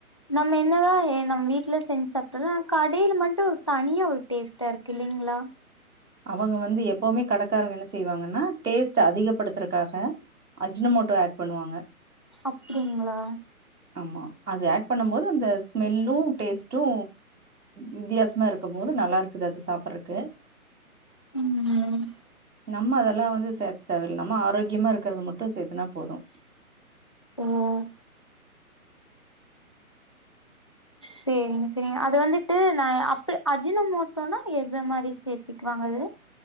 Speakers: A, on the left; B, on the right.
A: நம்ம என்னதா ஏ நம்ம வீட்ல செஞ்சு சாப்ட்டாலு கடையில மட்டு ஒரு தனியா ஒரு டேஸ்ட்டா இருக்கு இல்லீங்களா
B: அவங்க வந்து எப்பவுமே கடைக்காருங்க என்ன தெய்வாங்கன்னா டேஸ்ட் அதிகப்படுத்துறக்காக அஜினமோட்டோ ஆட் பண்ணுவாங்க
A: அப்டிங்களா
B: ஆமா அது ஆட் பண்ணு போது அந்த ஸ்மெல்லு டேஸ்ட்டு வித்தியாசமா இருக்கு போது நல்லா இருக்குது அது சாப்பிடுறதுக்கு
A: ம்மா
B: நம்ம அதெல்லா வந்து சேர்த்த தேவல்ல நம்ம ஆரோக்கியமா இருக்கருறது மட்டு சேர்த்துனா போது
A: உம் சேரிங்க சேரிங்க அது வந்துட்டு நா அப்புல அஜினமோட்டோனா எத மாதிரி சேர்த்திக்குவாங்க அதுல